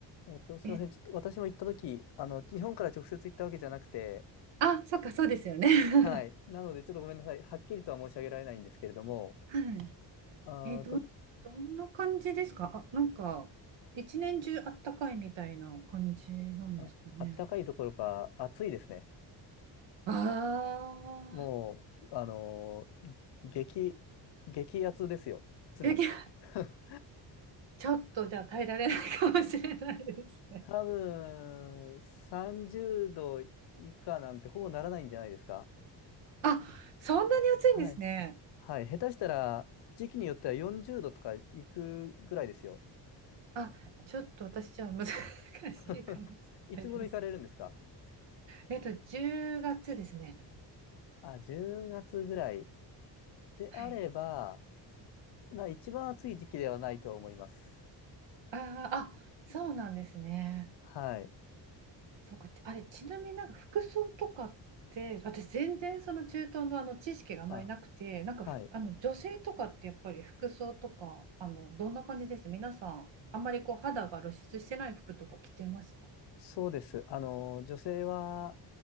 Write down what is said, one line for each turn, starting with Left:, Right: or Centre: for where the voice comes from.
Left: えっと、すみません。
Right: え、
Left: ちょっと私も行ったとき、あの、日本から直接行ったわけじゃなくて、
Right: あ、そっか、そうですよね。
Left: はい。なので、ちょっとごめんなさい。はっきりとは申し上げられないんですけれども、
Right: <laughs> はい
Left: あーと、
Right: え、ど、どんな感じですかあ、なんか、一年中あったかいみたいな感じなんですかね。
Left: あ、あったかいどころか暑いですね。
Right: ああ、
Left: もう、あのー激、激熱ですよ。常に。
Right: でき、<laughs>
Left: <laughs>
Right: ちょっとじゃあ耐えられないかもしれないですね。
Left: 多分、30度以下なんてほぼならないんじゃないですか。
Right: あ、そんなに暑いんですね。
Left: はい。はい、下手したら時期によっては40度とか行くぐらいですよ。
Right: あ、ちょっと私じゃあ難し
Left: <laughs>
Right: いかもしれないです。
Left: いつ頃行かれるんですか
Right: えっと、10月ですね。
Left: あ、10月ぐらいであれば、
Right: はい。
Left: まあ一番暑い時期ではないと思います。
Right: あーあ、そうなんですね。
Left: はい。
Right: そうか、あれ、ちなみになんか服装とかって、私全然その中東のあの知識があまりなくて、
Left: あ、
Right: なんかふあの女性とかってやっぱり服装とか、
Left: はい。
Right: あのどんな感じです皆さん、あんまりこう肌が露出してない服とか着てました
Left: そうです。あの、女性は、